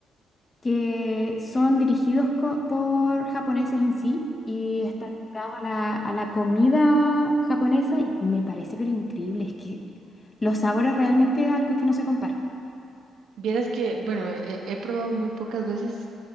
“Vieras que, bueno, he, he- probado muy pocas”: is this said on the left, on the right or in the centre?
Right